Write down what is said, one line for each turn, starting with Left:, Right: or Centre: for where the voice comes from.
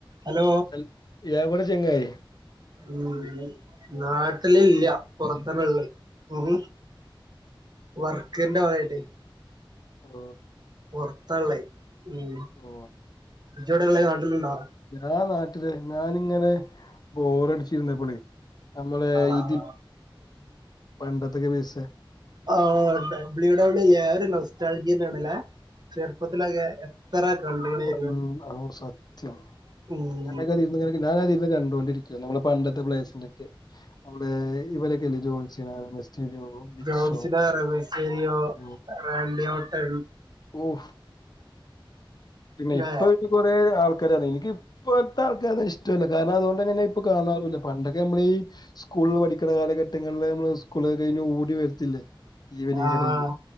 Right: Hello
Left: ഹൽ എവടെ ചെങ്ങായേ
Right: ഉം നാട്ടിലില്ല പുറത്തന്നെ ഉള്ളെ ഉം വർ ക്കന്റെ ഓയല്
Left: ഓ
Right: പോർത്താള്ളേ ഉം
Left: ഓ
Right: ഇജ് വ്ടെള്ളത് നാട്ടില്ണ്ടോ
Left: ആ നാട്ടില് ഞാനിങ്ങനെ ബോറടിച്ചിരുന്നപാളെ നമ്മള്
Right: ആഹ്
Left: ഇതി പണ്ടത്തൊക്കെ വിച്ച
Right: ആ ഡബ്ല്യൂ ഡബ്ല്യൂല്ലേ അത് നൊസ്റ്റാൾജിന്നെയണല്ലേ ചെറുപ്പത്തിലൊക്കെ എത്ര കണ്ടുണെനും.
Left: ഉം ഓ സത്യം
Right: ഉം
Left: ഞാനൊക്കെതിരുന്നു ഞാനാതിരുന്ന് കണ് <unintelligible> നമ്മളെ പണ്ടത്തെ പ്ളേസിന്റെക്കെ നമ്മെ ഇവരൊക്കെല്ലേ ജോൺസിനെസ്റ്റീഡോ ബിക്ഷോ
Right: ജോൺസിന റബസേരിയോ
Left: ഓ
Right: റാൻഡിയോട്ടൺ
Left: ഓഫ് പിന്നെ
Right: ല്ലേ
Left: ഇപ്പൊ അവക് കൊറെ ആൾ <unintelligible> എനികപ്പത്തെ ആൾക്കർനെ ഇഷ്ടമല്ല കാരണം അതുകൊണ് <unintelligible> ങ്ങനെ ഇപ്പൊ കാണാറുല്ല പണ്ട നമ്മള ഈ സ്കൂളിൽ പഠിക്കുന്ന കാലഘട്ടങ്ങളിൽ നമ്മള് സ്കൂള് കഴിഞ് ഓടി വരത്തില്ലേ ഈവനിങ്
Right: ആഹ
Left: ഒക്കെ ടൈമിൽ